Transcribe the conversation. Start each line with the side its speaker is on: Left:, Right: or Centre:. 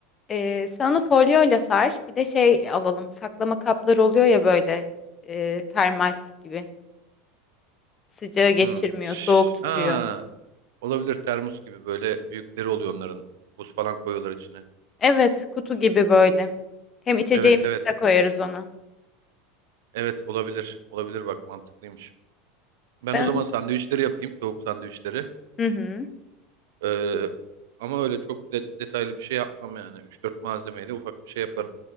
Left: Ee, sen onu folyoyla sar. Bir de şey alalım. Saklama kapları oluyor ya böyle. e, termal gibi. Sıcağı geçirmiyor,
Right: Hmm. Şş,
Left: soğuk tutuyor.
Right: Aa, Olabilir termos gibi böyle büyükleri oluyor onların. Buz falan koyuyorlar içine.
Left: Evet, kutu gibi böyle. Hem içeceğimizi
Right: Evet evet.
Left: de koyarız ona.
Right: Evet olabilir. Olabilir bak mantıklıymış. Ben
Left: Ben
Right: o zaman sandviçleri yapayım. Soğuk sandviçleri.
Left: hı hı.
Right: Ee, ama öyle çok de- detaylı bir şey yapmam yani. üç dört malzemeyle ufak bir şey yaparım.